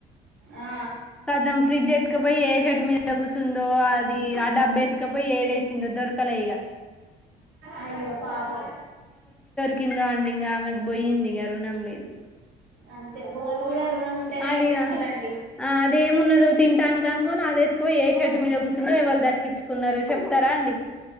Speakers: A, on the right; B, in the centre.
A: ఆ
B: కతం ఫ్రిడ్జ్ ఎత్తుక చేట్టు మీద కుసుందో అది ఆ డబ్బు ఎత్కపో ఏడేసిందొ దొరకాల ఈగ
A: అయ్యో పాపం
B: కిందా అండి ఇంకా ఆమెకు పోయింది ఇంక రుణం లేదు
A: అంతే గోల్డ్ కూడా రుణం ఉంటేనే
B: అదిగా
A: వేసుకుంటారండి
B: ఆ అదేమున్నదో తింటాను కంకోని నాది ఎత్తుకో ఏ షర్ట్ మీద కూర్చందో వాళ్ళు దక్కించుకున్నారో చెప్తారా అండి